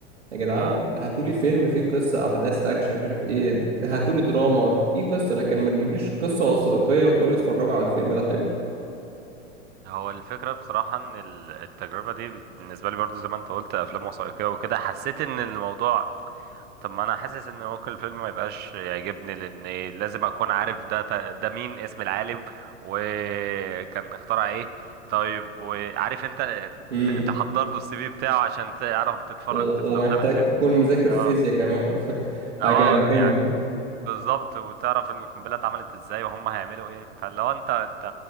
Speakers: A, on the right; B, on the right.
A: يا جدعان
B: اه
A: هاتولي فيلم فيه قصه احداث اكشن مش عارف ايه هاتولي دراما فيه قصه لكن ما تجيبليش قصه وثائقيه وتقولي اتفرجوا على الفيلم ده حلو
B: هو الفكرة بصراحة ان ال- التجربة دي بالنسبة لي برضو زي ما انت قلت افلام وثائقية وكده حسيت ان الموضوع طب ما انا حاسس ان ممكن الفيلم ما يبقاش يعجبني لان لازم اكون عارف ده ده مين اسم العالم وكان اخترع ايه طيب وعارف انت
A: امم
B: ت- تحضر له السي في بتاعه عشان تعرف تتفرج
A: ومحتاج
B: وتستمتع بالفيلم
A: تكون مذاكر فيزياء
B: اه
A: كمان <laughs> حاجه
B: اه
A: مهمه
B: يعني بالظبط وتعرف ان القنبله اتعملت ازاي وهم هيعملوا ايه فلو انت انت